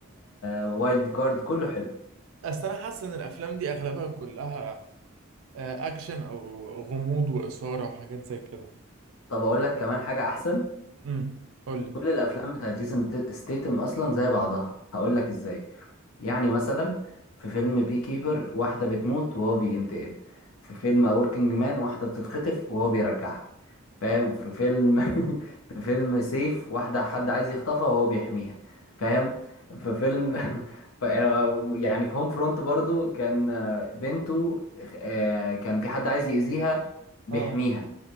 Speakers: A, on the left; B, on the right.
A: وايلد كارد كله حلو
B: أصل أنا حاسس إن الأفلام دي أغلبها كلها آه، أكشن أو غموض وإثارة وحاجات زي كده
A: طب اقول لك كمان حاجه احسن
B: امم قولي
A: كل الافلام بتاعت جيسون ستيتم اصلا زي بعضها هقول لك ازاي يعني مثلا في فيلم بي كيبر واحدة بتموت وهو بينتقم في فيلم A Working Man واحدة بتتخطف وهو بيرجعها فاهم في فيلم <laughs> في فيلم سيف واحدة حد عايز يخطفها وهو بيحميها فاهم في فيلم <laughs> ف- يعني في هوم فرونت برضو كان آه، بنته آه، كان في حد عايز يأذيها بيحميها
B: اه